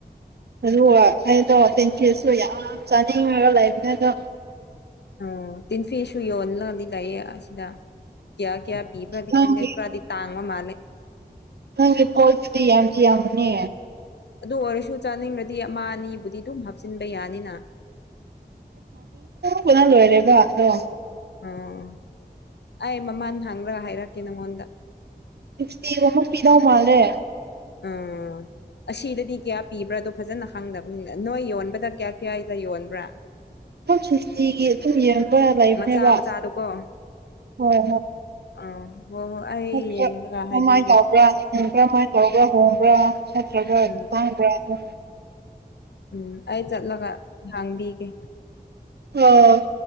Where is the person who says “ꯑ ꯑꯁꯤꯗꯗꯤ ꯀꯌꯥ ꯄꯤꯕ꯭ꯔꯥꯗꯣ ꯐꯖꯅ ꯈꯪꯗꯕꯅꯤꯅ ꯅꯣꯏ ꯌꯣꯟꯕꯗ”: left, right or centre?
Left